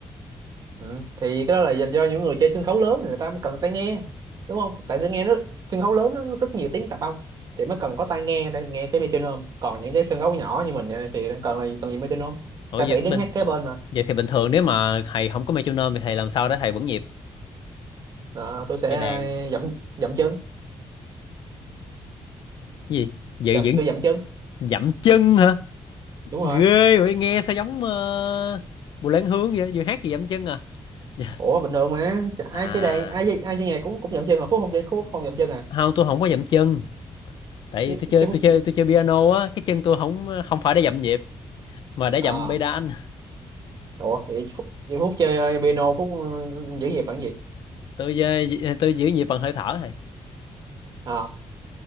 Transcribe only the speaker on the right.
Ừ. Thì cái đó là dành cho những người chơi sân khấu lớn thì người ta mới cần tai nghe đúng không? Tại tôi nghe nó sân khấu lớn nó rất nhiều tiếng tạp âm thì mới cần có tai nghe để nghe cái metronome. Còn những cái sân khấu nhỏ như mình này thì cần là cần gì metronome.
Ca sĩ
đứng
hát kế bên mà
Ờ, tôi sẽ
dậm dậm chân,
dậm,
tôi dậm chân
đúng
rồi.
Ủa bình thường mà Chả- ai
chơi đàn ai chơi- ai chơi nhạc cũng cũng dậm chân mà Phúc không chơi Phúc không dậm chân à?
Chứ
chứ Phúc
chơi
à
ủa vậy Phúc, vậy Phúc chơi ờ, piano Phúc ờ, giữ nhịp bằng gì?
À,